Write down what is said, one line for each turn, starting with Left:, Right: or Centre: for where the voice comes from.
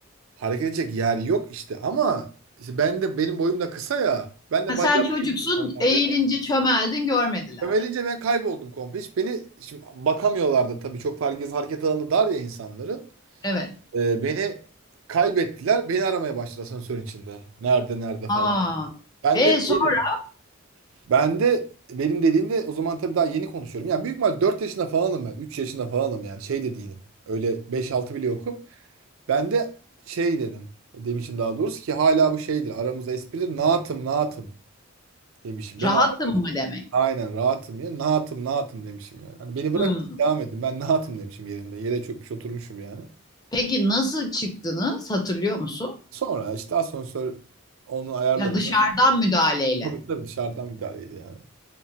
Right: Hareket edecek yer yok işte ama işte ben de benim boyum da kısa ya. Ben de
Left: Ha,
Right: bacağı
Left: sen çocuksun,
Right: geliyor normalde.
Left: eğilince çömeldin, görmediler.
Right: Sömedince ben kayboldum komple. Hiç beni şimdi bakamıyorlardı tabii çok herkes hareket alanı dar ya insanların.
Left: Evet.
Right: Ee, beni kaybettiler. Beni aramaya başladılar asansörün içinde. Nerede nerede
Left: Aa,
Right: falan. Ben
Left: e
Right: de
Left: sonra
Right: şey dedim. Ben de benim dediğimde o zaman tabii daha yeni konuşuyorum. Yani büyük ihtimal 4 yaşında falanım ben. 3 yaşında falanım yani şey de değilim. Öyle 5-6 bile yokum. Ben de şey dedim. Demişim daha doğrusu ki hala bu şeydir. Aramızda espridir. Naatım naatım demişim. Beni
Left: rahattım mı demek?
Right: Aynen rahatım ya. Nahatım nahatım demişim yani. Hani beni bırak
Left: Hmm.
Right: devam edin. Ben nahatım demişim yerinde. Yere çökmüş oturmuşum yani.
Left: Peki nasıl çıktınız hatırlıyor musun?
Right: Sonra işte asansör onu ayarladı.
Left: Ya dışarıdan müdahaleyle.
Right: Tabii tabii dışarıdan müdahaleydi yani.